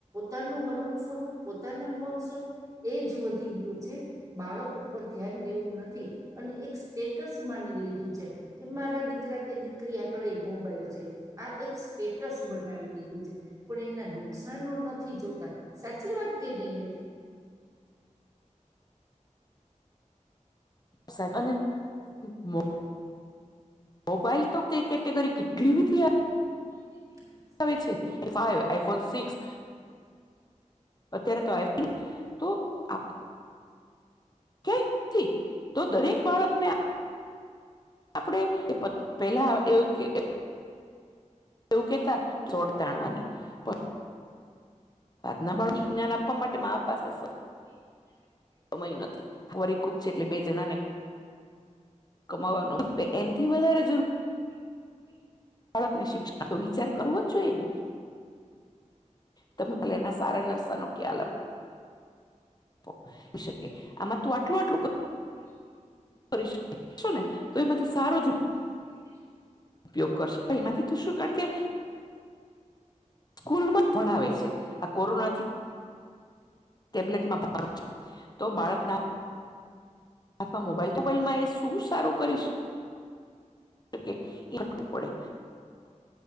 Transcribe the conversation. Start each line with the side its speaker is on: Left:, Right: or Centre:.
Right: પોતાનું હરવું ફરવું પોતાના મોજ શોક એ જ વધી ગ્યું છે બાળક ઉપર ધ્યાન દેવું નથી અને એક સ્ટેટસ માની લીધું છે કે મારા દીકરા કે દીકરી આગળ એ મોબાઈલ છે આ એક સ્ટેટસ બનાવી દીધું છે પણ એના નુકસાનનો ન થી જોતા સાચી વાત કે નઈ બેન
Left: સા અને મો મોબાઈલ તો તે કેટેગરી કેટલી બધી આ
Right: <unintelligible> કેટલી
Left: આવે છે એ ફાઈવ આઈફોન સિક્સ અત્યારે તો આઈ <unintelligible> તો આપ ક્યા થી તો દરેક બાળક ને આ આપડે <unintelligible> પેલા એવું કે એવું કેતા <unintelligible> તાણવાની પ ના <unintelligible> જ્ઞાન આપવા માટે મા પાસે સ
Right: એ જ્ઞાન આપવા માંરે
Left: કમાય નથી ફોરીખુબ છે એટલે બે જણાને કમાવાનું <unintelligible> થી વધારે
Right: બઉ જ જરૂરી છે
Left: બાળકને શિક્ષ <unintelligible> આતો વિચાર કરવો જ જોઈએ ને તમે ભલે એના સારા નસા નો ખ્યાલ અ પો ઈ શકે આમાં તું આટલું આટલું ક
Right: હ અ
Left: કરીશું ને તો એમાંથી સારો જ
Right: જો વાળી દેશો ને
Left: ઉપયોગ કરશો એમાંથી તું શું કારણ કે સ્કૂલમાં જ ભણાવે છે આ કોરોનાથી ટેબ્લેટમાં ભણવાનું છું તો બાળકના આથવા મોબાઈલ-તોબાઈલમાં એ શું સારું કરીશ એ હટકું પડે.